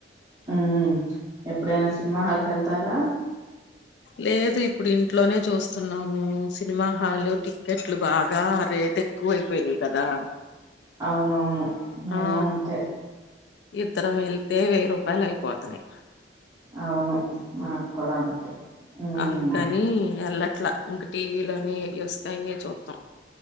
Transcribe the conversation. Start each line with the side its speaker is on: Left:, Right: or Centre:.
Right: ఉ ఎప్పుడైనా సినిమా హాల్కి వెళ్తారా
Left: లేదు ఇప్పుడు ఇంట్లోనే చూస్తన్నాము సినిమా హల్ టిక్కెట్ ట్లు బాగా రేట్ ఎక్కువ అయిపోయినియి కదా
Right: అవునవును మేము
Left: ఆ
Right: అంతే
Left: ఇద్దరం వేళ్తే వెయ్యి రూపాయలు అయిపోతున్నయి
Right: అవును మాకు కూడా అంతే మ్మ్
Left: అందుకని ఎల్లట్లా ఇంక టీవీలోనే ఏయ్ వస్తే అయ్యే చూత్తం